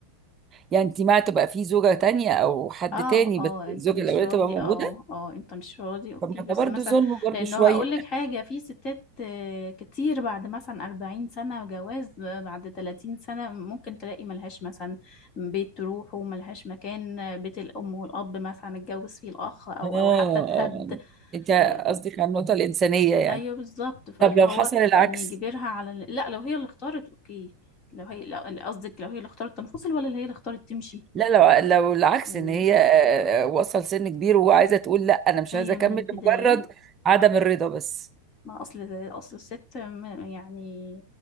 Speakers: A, on the right; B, on the left.
A: يعني انت مع تبقى في زوجة تانية او حد
B: اه
A: تاني
B: اه
A: بس الزوجة
B: انت مش
A: الاولانية
B: راضي
A: تبقى موجودة
B: اه اه انت مش راضي اوكي
A: طب ما
B: بس
A: ده برضه
B: مثلا
A: ظلم برضه
B: لانه
A: شوية
B: هقولك حاجة في ستات آه، كتير بعد مثلا أربعين سنة جواز آه، بعد تلاتين سنة ممكن تلاقي ملهاش مثلا بيت تروح وملهاش مكان آه، بيت الأم والأب مثلا اتجوز فيه الأخ أو
A: اه آه.
B: أو حتى اتهد
A: انت
B: آه،
A: قصدك على النقطة الإنسانية يعني
B: أيوه بالظبط فاللي
A: طب لو
B: هو
A: حصل العكس
B: إن يجبرها على ال- لا لو هي اللي اختارت اوكي لو هي لو- قصدك لو هي اللي اختارت تنفصل ولا اللي هي اللي اختارت تمشي
A: لا لو لو العكس
B: يعني
A: ان هي آه، آه، وصل سن كبير وعايزه تقول لا انا مش
B: هي
A: عايزه اكمل
B: من البداية
A: لمجرد عدم الرضا بس
B: ما اصل اصل الست م- يعني